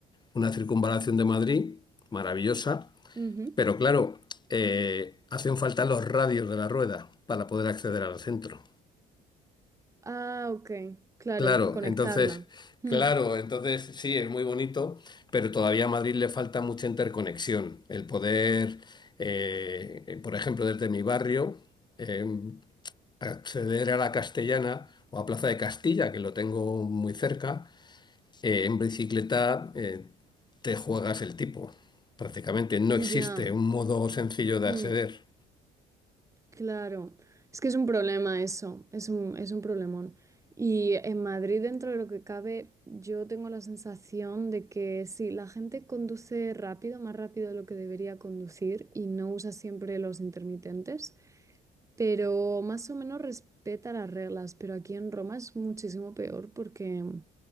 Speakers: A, on the left; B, on the right.
A: una circunvalación de Madrid, maravillosa,
B: ujú.
A: pero claro, eh, hacen falta los radios de la rueda para poder acceder al centro.
B: Ah, ok, claro,
A: Claro,
B: conectarla.
A: entonces,
B: Mm,
A: claro, entonces sí, es muy bonito, pero todavía a Madrid le falta mucha interconexión. El poder, eh, por ejemplo, desde mi barrio, eh, acceder a la Castellana o a Plaza de Castilla, que lo tengo muy cerca, Eh, en bicicleta eh, te juegas el tipo. Prácticamente no existe
B: Ya.
A: un modo sencillo de
B: mm.
A: acceder.
B: Claro, es que es un problema eso, es un, es un problemón. Y en Madrid, dentro de lo que cabe, yo tengo la sensación de que sí, la gente conduce rápido, más rápido de lo que debería conducir y no usa siempre los intermitentes, pero más o menos respeta las reglas. Pero aquí en Roma es muchísimo peor porque